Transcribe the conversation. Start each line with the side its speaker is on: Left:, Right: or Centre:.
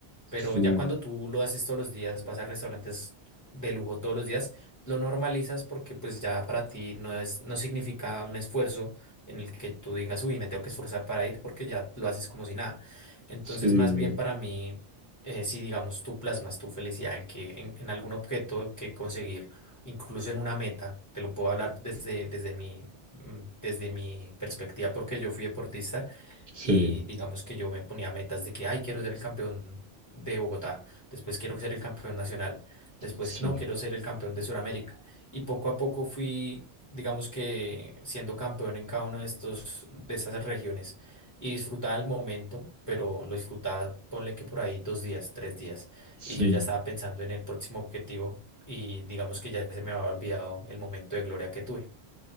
Left: Pero
Right: sí,
Left: ya cuando tú lo haces todos los días, vas a restaurantes de lujo todos los días, lo normalizas porque pues ya para ti no es, no significa un esfuerzo en el que tú digas, uy, me tengo que esforzar para ir porque ya lo haces como si nada. Entonces,
Right: sí,
Left: más bien para mí, eh, si digamos tú plasmas tu felicidad en que en, en algún objeto que conseguir, incluso en una meta, te lo puedo hablar desde, desde mi, mm, desde mi perspectiva porque yo fui deportista
Right: sí,
Left: y digamos que yo me ponía metas de que, ay, quiero ser el campeón de Bogotá, después quiero ser el campeón nacional, después
Right: sí,
Left: no, quiero ser el campeón de Sudamérica. Y poco a poco fui, digamos que siendo campeón en cada una de estos, de estas regiones y disfrutaba el momento, pero lo disfrutaba, ponle que por ahí dos días, tres días,
Right: sí.
Left: y yo ya estaba pensando en el próximo objetivo y digamos que ya se me había olvidado el momento de gloria que tuve.